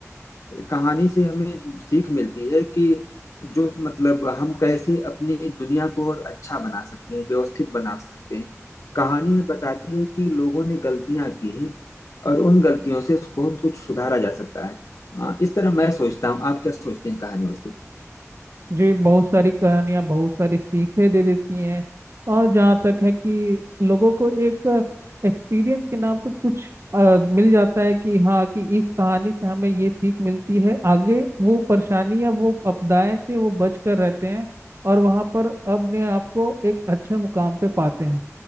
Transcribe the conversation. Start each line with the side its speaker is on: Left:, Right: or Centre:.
Left: कहानी से हमें सीख मिलती है कि जो मतलब हम कैसे अपनी दुनिया को और अच्छा बना सकते हैं व्यवस्थित बना सकते हैं कहानी यह बताती है कि लोगों ने गलतियां की हैं और उन गलतियों से बहुत कुछ सुधारा जा सकता है अ, इस तरह मैं सोचता हूँ आप क्या सोचते हैं कहानियों से
Right: जी बहुत सारी कहानियां बहुत सारी सीखें दे देती हैं और जहाँ तक है कि लोगों को एक एक्सपीरियंस के नाम पर कुछ अ, मिल जाता है कि हाँ कि इस कहानी से हमें ये सीख मिलती है आगे वो परेशानी या वो आपदाएं से वो बच कर रहते हैं और वहाँ पर अपने आप को एक अच्छे मुकाम पे पाते हैं